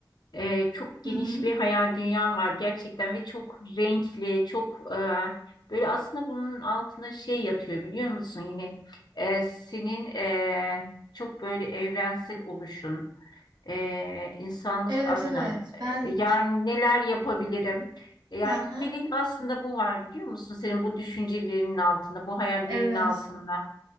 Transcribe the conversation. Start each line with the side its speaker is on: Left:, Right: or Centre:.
Left: e, çok geniş
Right: Hı hı.
Left: bir hayal dünyam var gerçekten ve çok renkli çok e, böyle aslında bunun altında şey yatıyor biliyor musun yine e, senin e, çok böyle evrensel oluşun e, insanlık
Right: Evet
Left: adına
Right: evet ben
Left: e, yani neler yapabilirim E, yani
Right: Aha,
Left: temelinde aslında bu var biliyor musun senin bu düşüncelerinin altında bu hayallerinin
Right: evet.
Left: altında.